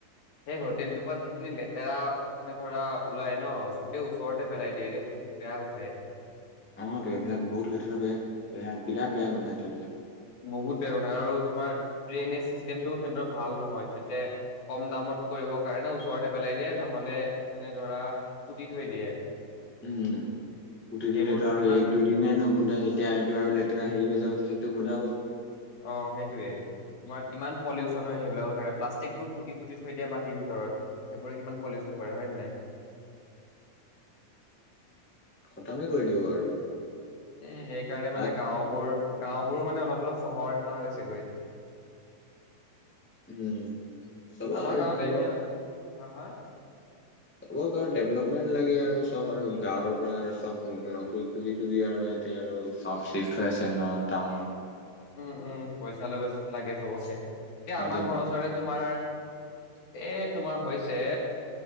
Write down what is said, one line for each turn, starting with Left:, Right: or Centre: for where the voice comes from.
Left: সেই হোটেলটোৰ পৰা যিখিনি লেতেৰা, মানে ধৰা ওলাই ন গোটেই ওচৰতে পেলাই দিয়ে। এতিয়া বহুত বেয়া গোন্ধাই।
Centre: অ ত এইবিলাক বহুত লেতেৰা বে বেয়া বিৰাট বেয়া গোন্ধাই এতিয়ালৈকে।
Left: বহুত বেয়া গোন্ধাই আৰু তোমাৰ ড্ৰেইনেজ চিষ্টেমটো সিহঁতৰ ভাল নহয়। সিহঁতে কম দামত কৰিবৰ কাৰণে, ওচৰতে পেলাই দিয়ে নহ'লে মানে ধৰা পুতি থৈ দিয়ে,
Centre: উম উম পুতি
Left: সেইবোৰতো
Centre: দিলেতো আৰু
Left: কিমান
Centre: এক দুই দিনহে নোগোন্ধাই। এতিয়া এইটো আৰু লেতেৰা হেৰি হৈ যাব তেতিয়া সেইটো গোন্ধাব।
Left: অ সেইটোৱে তোমাৰ কিমান পলিউচন হয়, সেইবিলাকৰ কাৰণে প্লাষ্টিকবোৰ পুতি পুতি থৈ দিয়ে মাটিৰ ভিতৰত। সেইবোৰে কিমান পলিউচন কৰে হয় নাই।
Centre: খটমে কৰি দিব আৰু।
Left: এ সেই কাৰণে
Centre: তাত
Left: মানে গাঁওবোৰ। গাঁওবোৰো মানে অলপ অলপ চহৰ নিচিনা হৈ গৈছে গৈ।
Centre: উম উম সব
Left: আমাৰ
Centre: আৰু
Left: গাঁৱতে
Centre: থহ।
Left: এতিয়া হা হা।
Centre: চবক আৰু ডেভলপমেণ্ট লাগে। আৰু চব আৰু গাঁৱৰ পৰা আৰু চব নকৰি খুজি খুজি, আৰু সিহঁতে আৰু চব চিফ্ট হৈ আছে ন টাউনত।
Left: উম উম পইচা লে বেছ লাগে চবকে। এতিয়া
Centre: তাকেইতো।
Left: আমাৰ ঘৰৰ ওচৰৰে তোমাৰ। এ তোমাৰ হৈছে,